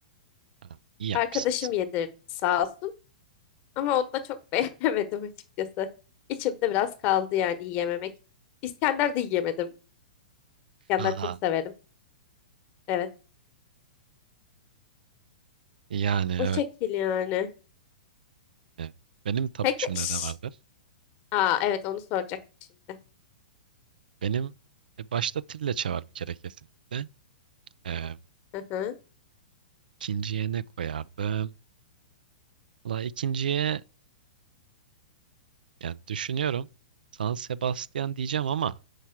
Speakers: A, on the right (about 80°); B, on the left (about 40°).
A: Aa, iyi yapmışsın
B: Arkadaşım
A: o zaman.
B: yedirdi sağ olsun. Ama onu da çok <laughs> beğenemedim açıkçası. İçimde biraz kaldı yani yiyememek. İskender de yiyemedim. İskender
A: Aa,
B: çok severim. Evet.
A: yani evet.
B: O şekil yani.
A: evet. Benim tapuçumda
B: Peki. şş.
A: ne vardır?
B: Aa, evet onu soracaktım şimdi.
A: Benim e, başta trileçe var bir kere kesinlikle. Ee,
B: Hı hı.
A: ikinciye ne koyardım? Valla ikinciye Yani düşünüyorum San Sebastian diyeceğim ama